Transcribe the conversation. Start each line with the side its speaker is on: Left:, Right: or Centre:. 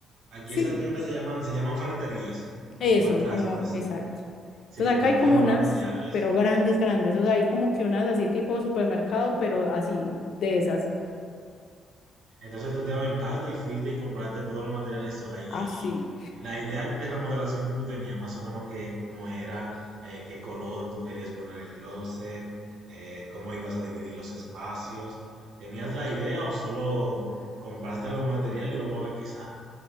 Right: aquí
Left: sí.
Right: esas tiendas se llaman, se llaman ferreterías. Tú
Left: Eso,
Right: encuentras,
Left: como,
Right: pues,
Left: exacto.
Right: sí,
Left: Entonces
Right: tú
Left: acá
Right: encuentras
Left: hay como
Right: los
Left: unas,
Right: materiales.
Left: pero grandes, grandes. O sea, hay como que unas así tipo supermercado, pero así, de esas.
Right: Entonces tú te aventaste y fuiste y compraste todos los materiales sola. Y, y-
Left: Así.
Right: y la idea de remodelación que tú tenías, más o menos que cómo era, eh, qué color tú querías poner el closet, eh, cómo ibas a dividir los espacios. ¿Tenías la idea o solo compraste los materiales y vamos a ver qué sale?